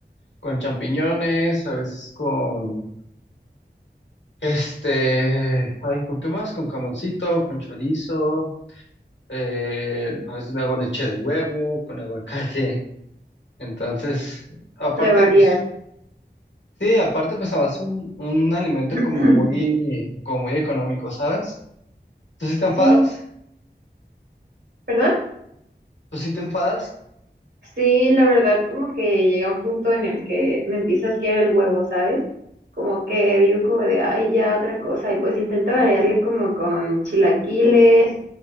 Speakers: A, on the left (about 80°); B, on the right (about 75°).
A: con champiñones, a veces con, este, ay, ¿con qué más? Con camoncito, con chorizo, eh, a veces me hago leche de huevo, con aguacate. Entonces, aparte,
B: le varías?
A: pues Sí, aparte pues es un, un alimento
B: <clears throat>
A: como muy, como muy económico, ¿sabes? ¿Tú sí te enfadas?
B: Sí, ¿perdón?
A: ¿Tú sí te enfadas?
B: Sí, la verdad, como que llega un punto en el que me empieza a asquear el huevo, ¿sabes? Como que digo como de, ay, ya otra cosa. Y pues intento variarle como con chilaquiles